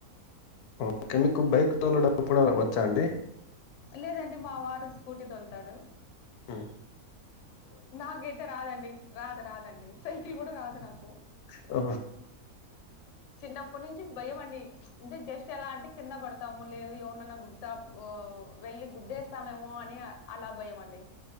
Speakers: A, on the left; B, on the left.
A: ఓకే మీకు బైక్ తోల డప్ కూడా వచ్చా అండి
B: లేదండి మా వారు స్కూటీ దోల్తాడు
A: అ
B: నాకైతే రాదండి రాదు రాదండి సైకిల్ కూడా రాదు నాకు
A: ఓ
B: చిన్నప్పటి నుంచి భయమండి అంటే జస్ట్ ఎలా అంటే కింద పడతాము లేదు ఎవర్నన్న గుత్త ఓ వెళ్ళి గుద్దేస్తామేమో అని అలా భయం అండి